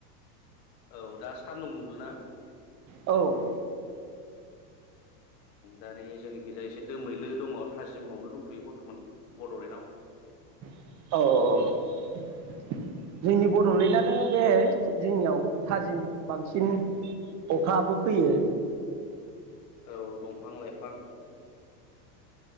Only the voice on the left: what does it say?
औ दा सान्दुं दुंदों ना
दा नै जोंनिखैजाय एसे दोमैलो दङ थाजिमावनो दंथ'यो बरथमान बड'लेण्डआव
औ दंफां लाइफां